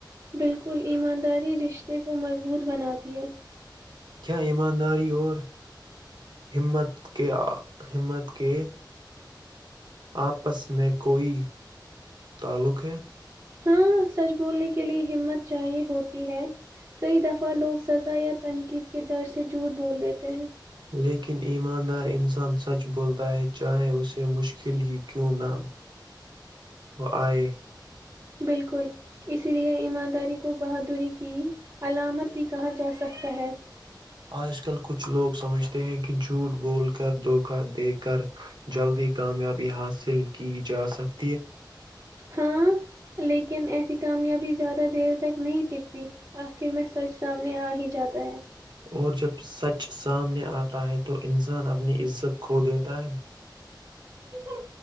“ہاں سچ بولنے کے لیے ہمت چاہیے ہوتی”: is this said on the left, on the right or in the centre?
Right